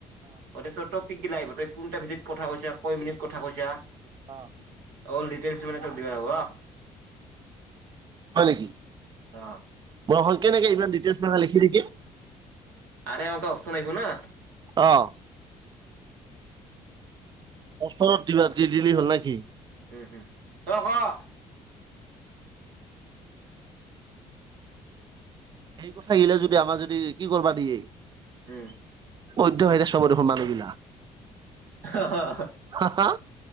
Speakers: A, on the right; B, on the right.
A: অদে তোৰ তোক পিকগিলা আহিব তই কোনটা বেছিত কথা কৈছা কৈ মিনিট কথা কৈছা।
B: অ'।
A: অল ডিটেইলছ মানে তোক দিব লাগিবহ।
B: হয় নেকি?
A: আহ
B: অ' হয়। কেনেকে ইমান ডিটেইলছ মাখা লিখি থাকিম?
A: আৰে অংক অপশন আহিব না।
B: অ'। ওচৰত দিলা দি দিলি হ'ল নেকি?
A: হম- হম তই ক'।
B: সেই কথা আহিলে যদি আমাৰ যদি কি কৰিবা দিয়ে।
A: উম
B: বন্ধ হয় দে সব দেখুন মানুহগিলা।
A: হাঁ-হাঁ-হাঁ।
B: হা হা